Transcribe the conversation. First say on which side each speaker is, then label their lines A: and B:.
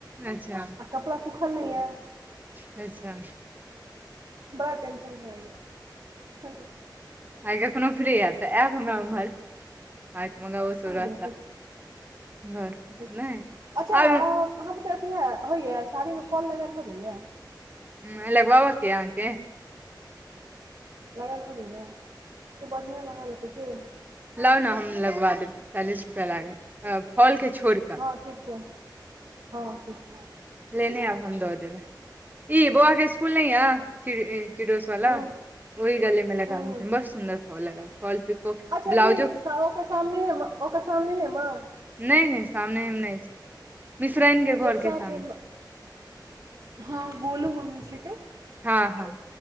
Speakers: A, on the right (about 25°); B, on the right (about 60°).
A: अच्छा
B: आ कपड़ा सुखल नहि यऽ
A: अच्छा
B: बड़ा टेंशन होइए जाय यऽ
A: आइ कखनो फ्री हेब तऽ एब हमरा उम्हर आत मग ओ सरूा
B: देखै छी
A: घर
B: देखै छी
A: नहि
B: अच्छा
A: आ
B: अहाँ बुतऽ अथी होइए साड़ीमे फाल लगाएल भऽ जाइयें
A: ह लगबाबक किया नऽ हेतय
B: लगा भय जाय येँ खूब बढ़िआँ लगाबे छिये कि
A: लाउ नऽ हम लगवा देब चालीस रुपआ लागत फोल के छोड़िक
B: हँ ठीक छै हँ ठीक छै
A: लेने आब
B: हँ
A: हम दऽ देबै की बौआ के स्कुल नय किडोस वाला
B: हूँ
A: ओहि गली में लगाबी
B: हूँ हूँ
A: मस्त सुन्दर फोल लगा फोल पिको
B: अच्छा
A: ब्लाउजो
B: ई ओकर सामने हे ओकर सामने हे मा
A: नहि नहि सामने नहि छै मिश्राइनके
B: एकटा
A: घरके सामने
B: से- हँ गोलू मम्मी के छै क्य
A: हँ हँ